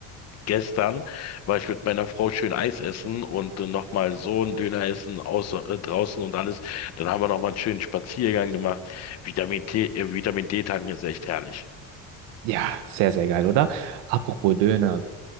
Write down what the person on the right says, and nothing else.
Ja, sehr, sehr geil, oder? Apropos Döner.